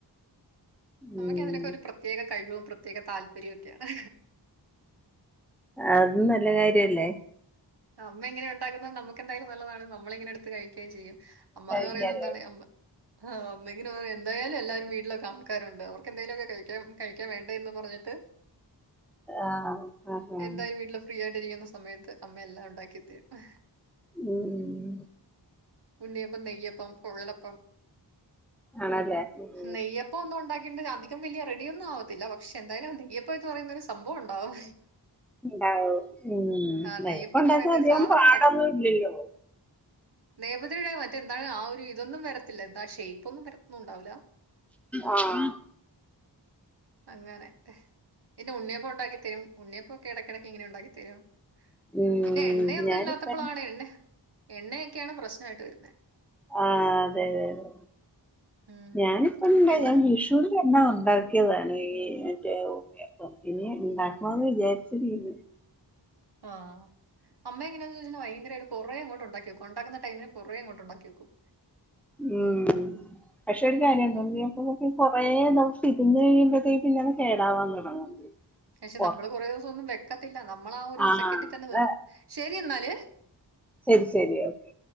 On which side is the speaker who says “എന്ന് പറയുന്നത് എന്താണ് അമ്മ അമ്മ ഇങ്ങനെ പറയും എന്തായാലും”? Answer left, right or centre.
Right